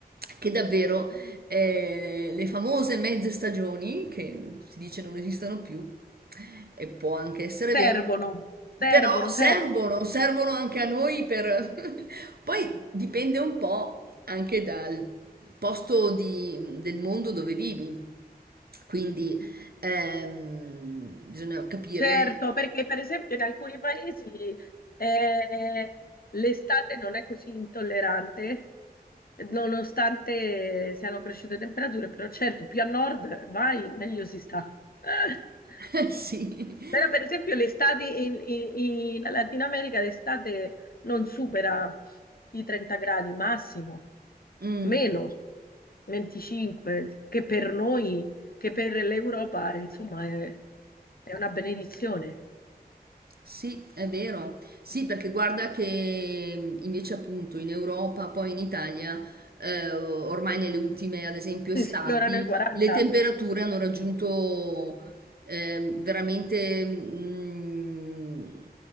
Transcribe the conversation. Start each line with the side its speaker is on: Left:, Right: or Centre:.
Right: che davvero eh, le famose mezze stagioni, che si dice non esistono più, e può anche essere
Left: Servono,
Right: vero,
Left: servono,
Right: però servono,
Left: servono.
Right: servono anche a noi per... <laughs> Poi dipende un po' anche dal posto di- del mondo dove vivi, quindi ehm, bisogna capire...
Left: Certo, perché per esempio in alcuni paesi eh, l'estate non è così intollerante, nonostante siano cresciute temperature, però certo, più a nord vai, meglio si sta. <laughs>
Right: <laughs> Sì.
Left: Però per esempio l'estate in, in- in Latino America l'estate non supera i 30 gradi massimo,
Right: Mm.
Left: meno 25, che per noi, che per l'Europa, insomma, è, è una benedizione.
Right: Sì, è vero. Sì, perché guarda che mh, invece appunto in Europa, poi in Italia, eh, ormai nelle ultime, ad esempio, estati,
Left: Si sfiorano i 40.
Right: le temperature hanno raggiunto eh, veramente, mh,